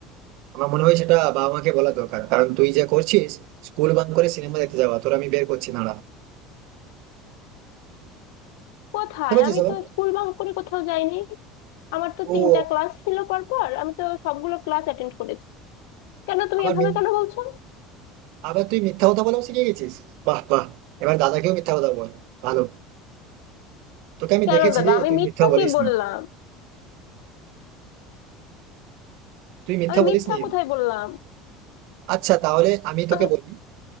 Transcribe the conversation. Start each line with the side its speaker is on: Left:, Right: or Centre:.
Right: আমার মনে হয় সেটা বাবা মাকে বলা দরকার কারণ তুই যে করছিস স্কুল বাং করে সিনেমা দেখতে যাওয়া তোর আমি বের করছি না
Left: কোথায়
Right: বুঝতে পারছিস
Left: আমি
Right: আবার
Left: তো স্কুল বাঙ্ক করে কোথাও যাইনি আমার তো
Right: ও
Left: তিনটা ক্লাস ছিল পরপর আমি তো সবগুলো ক্লাস অ্যাটেন্ড করেছি কেন তুমি
Right: আবার
Left: এভাবে
Right: মিথ-
Left: কেন বলছো
Right: আবার তুই মিথ্যা কথা বলাও শিখে গেছিস বাহ বাহ এবার দাদাকেও মিথ্যা কথা বল ভালো তোকে আমি
Left: কেন
Right: দেখেছি
Left: দাদা
Right: রে
Left: আমি
Right: তুই
Left: মিথ্যা
Right: মিথ্যা বলিস
Left: কি বললাম
Right: না তুই মিথ্যা
Left: আমি
Right: বলিস
Left: মিথ্যা
Right: নি
Left: কোথায় বললাম
Right: আচ্ছা তাহলে আমি তোকে
Left: আমি
Right: বলি